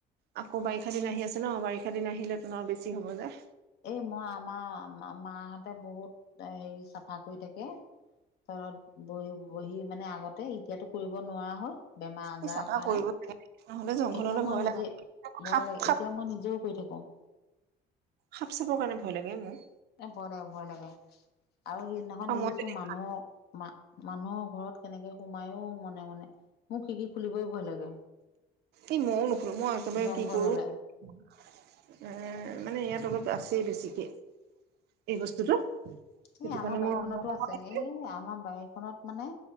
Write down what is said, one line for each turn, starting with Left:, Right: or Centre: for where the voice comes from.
Right: আকৌ বাৰিষা দিন আহি আছে ন', বাৰিষা দিন আহিলে তোন আৰু বেছি হ'ব যে।
Left: এই মই আমাৰ মা-মাহতে বহুত হেৰি চাফা কৰি থাকে। তলত বহি বহি মানে আগতে এতিয়াতো কৰিব নোৱাৰা হ'ল, বেমাৰ আজাৰৰ
Right: এই চাফা
Left: কাৰণে।
Right: কৰিব লাগে নহ'লে জংঘললৈ
Left: এতিয়া মই
Right: ভয়
Left: নিজে
Right: লাগে
Left: মই
Right: সাপ
Left: এনে
Right: সাপ
Left: এতিয়া মই নিজেও কৰি থাকো।
Right: সাপ চাপৰ কাৰণে ভয় লাগে মোৰ।
Left: এ, ভয় লাগে ভয় লাগে আৰু সিদিনাখন
Right: আৰু
Left: দেখিছো
Right: মই যদি
Left: মানুহ, মা মানুহৰ ঘৰত কেনেকে সোমায়ো মনে মনে, মোৰ খিৰিকী খুলিবই ভয় লাগে।
Right: এই মইও নুখুলো মই একেবাৰে
Left: জংঘল
Right: কি কৰো,
Left: হলে
Right: উম, মানে ইয়াত অলপ আছেই বেছিকে। এই বস্তুটো।
Left: এ,
Right: সেইটো
Left: আমাৰ
Right: কাৰণে
Left: বাৰীখনতো
Right: মই অন্য
Left: আছে, এই আমাৰ বাৰীখনত মানে,